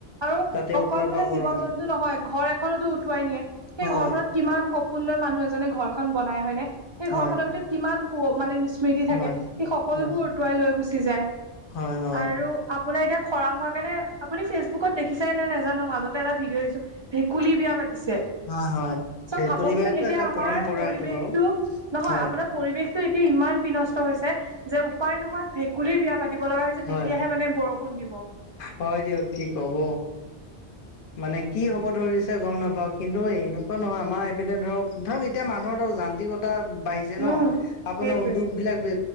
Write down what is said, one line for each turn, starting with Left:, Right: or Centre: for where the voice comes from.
Right: আৰু
Left: তাতে
Right: অকল
Left: ওপৰৰ
Right: বোলে
Left: পৰা গৰম।
Right: জীৱ-জন্তু নহয়, ঘৰ এখনোতো উটুৱাই নিয়ে। সেই
Left: হয়,
Right: ঘৰখনত কিমান সপোন লৈ মানুহ এজনে ঘৰখন বনাই হয়নে। সেই
Left: হয়,
Right: ঘৰখনৰ ভিতৰত কিমান সু মানে স্মৃতি থাকে।
Left: হয়,
Right: সেই সকলোবোৰ
Left: হয়,
Right: উটুৱাই লৈ গুচি যায়
Left: হয়, হয়,
Right: আৰু। আপোনাৰ এতিয়া খৰাং হোৱাৰ কাৰণে, আপুনি ফেচবুকত দেখিছেনে নাই নাজানোঁ। মাজতে এটা ভিডিঅ' দিছোঁ ভেকুলী বিয়া পাতিছে।
Left: হয়, হয়।
Right: চ'
Left: ভেকুলী
Right: ভাবকচোন,
Left: বিয়াটো
Right: এতিয়া
Left: এটা
Right: আমাৰ
Left: পৰম্পৰা
Right: পৰিৱেশটো
Left: এইটো বাৰু
Right: নহয়।
Left: হয়,
Right: আপোনাৰ পৰিৱেশটো এতিয়া ইমান বিনষ্ট হৈছে যে, উপাই নোহোৱাত ভেকুলীৰ বিয়া। পাতিব লগা হৈছে,
Left: হয়,
Right: তেতিয়াহে মানে বৰষুণ দিব।
Left: হয় দিয়ক, কি ক'ব? মানে কি হ'ব ধৰিছে, গম নাপাওঁ কিন্তু এনেকুৱা নহয়, আমাৰ এইপিনে ধৰক ধৰক এতিয়া মানুহৰ ধৰক যান্ত্ৰিকতা বাঢ়িছে
Right: উম
Left: ন।
Right: সেইটোৱে
Left: আপোনাৰ উদ্যোগ বিলাক, বে